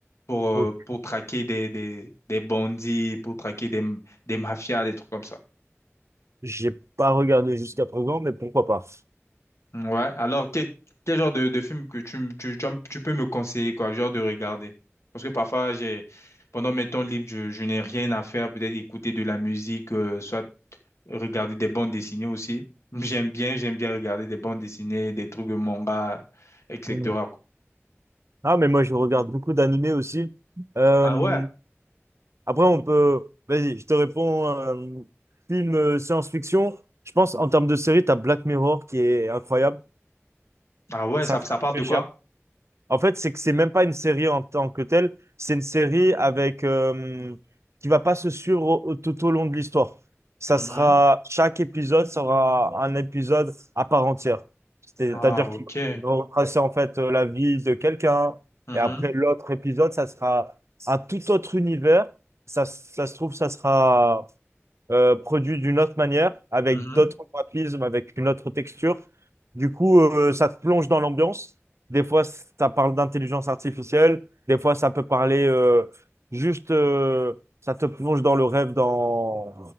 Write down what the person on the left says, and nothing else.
pour, euh,
pour traquer des, des, des bandits, pour traquer des, des mafias, des trucs comme ça.
Ouais, alors quel, quel genre de, de film que tu, me- tu, tu me- tu peux me conseiller, quoi, genre de regarder? Parce que parfois, j'ai, pendant mes temps libres, je, je n'ai rien à faire, peut-être écouter de la musique, euh, soit regarder des bandes dessinées aussi. J'aime bien, j'aime bien regarder des bandes dessinées, des trucs de manga, etc.
quoi.
Ah ouais,
ah ouais,
ça,
ça parle
de quoi?
Mhm.
Ah, ok.
Mhm,
mhm.